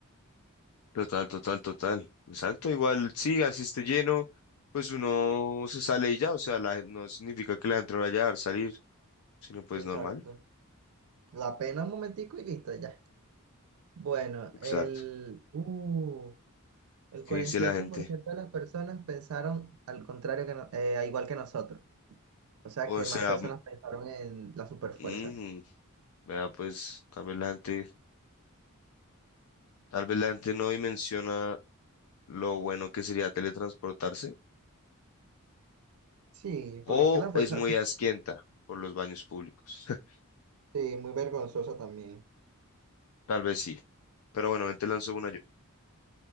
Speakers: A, on the left (about 70°); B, on the right (about 70°).
A: Total, total, total. Exacto, igual sí, así esté lleno, pues uno se sale y ya, o sea, la, gen- no significa que la gente no vaya a dejar salir, sino pues
B: Exacto.
A: normal.
B: La pena un momentico y listo, ya. Bueno,
A: Exacto.
B: el, uh, el
A: ¿Qué
B: cuarenta
A: dice la
B: y ocho
A: gente?
B: por ciento de las personas pensaron al contrario que no- eh, igual que nosotros. O sea
A: O
B: que
A: sea,
B: más personas pensaron en la superfuerza.
A: mm, Vea, pues tal vez la gente, tal vez la gente no dimensiona lo bueno que sería teletransportarse
B: Sí,
A: o
B: porque es que la fuerza
A: es muy asquienta por los baños públicos. <laughs>
B: sí, muy vergonzosa también.
A: Tal vez sí. Pero bueno, ven, te lanzo una yo.